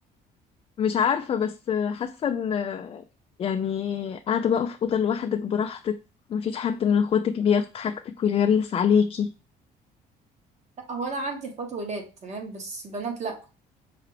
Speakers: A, on the left (about 35°); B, on the right (about 40°).
A: مش عارفة بس حاسة ان يعني قاعدة بقى في أوضة لوحدك براحتك مفيش حد من اخواتك بياخد حاجتك ويغلس عليكي
B: لا هو انا عندي اخوات ولاد تمام بس بنات لا